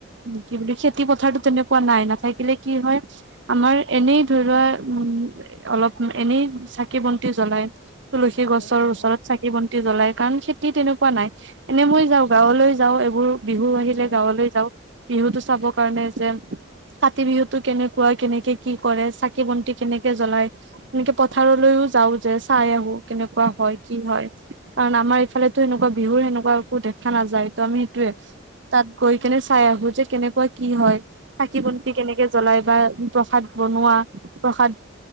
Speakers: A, on the right; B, on the left.
A: কি বুলি খেতি পথাৰতো তেনেকুৱা নাই, নাথাকিলে কি হয়- আমাৰ এনেই ধৰি লোৱা উমঁ, অলপ এনেই চাকি বন্তি জ্বলাই। তুলসী
B: হয়
A: গছৰ
B: হয়
A: ওচৰত- চাকি বন্তি জ্বলাই কাৰণ খেতি তেনেকুৱা নাই, এনেই মই যাওঁ গাঁৱলৈ যাওঁ এইবোৰ- বিহু
B: হয়
A: আহিলে
B: হয়
A: গাঁৱলৈ যাওঁ। বিহুতটো চাবৰ কাৰণে যে কাতি বিহুতটো কেনেকুৱা কেনেকে কি কৰে। চাকি বন্তি কেনেকে জ্বলাই তেনেকে পথাৰলৈও যাও যে চাই আহো কেনেকুৱা হয়। কি হয়। কাৰণ আমাৰ ইফালেটো সেনেকুৱা বিহুৰ সেনেকুৱা একো দেখা নাযায় ত
B: হয়
A: আমি সেইটোয়ে,
B: হয়
A: তাত গৈ কেনে চাই আহো যে, কেনেকুৱা কি হয় থাকিব কেনেকে জ্বলাই বা প্ৰসাদ বনোৱা, প্ৰসাদ